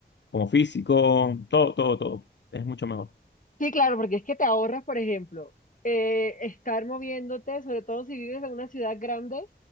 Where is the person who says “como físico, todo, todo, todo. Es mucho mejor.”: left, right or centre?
Left